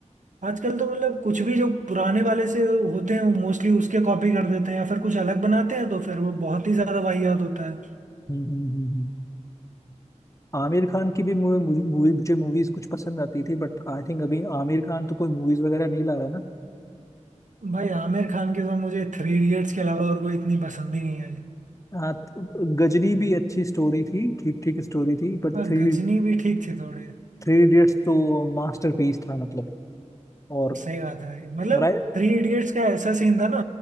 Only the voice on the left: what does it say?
हम्म हम्म, हम्म, हम्म। आमिर खान की भी मूवी मूवी मूवी- मुझे मूवीज कुछ पसंद आती थी बट आई थिंक अभी आमिर खान तो कोई मूवीज वगैरह नहीं ला रहा ना
हाँ तो गजनी भी अच्छी स्टोरी थी ठीक ठीक स्टोरी थी बट
थ्री
थ्री इडियट्स तो मास्टरपीस था मतलब और
और आए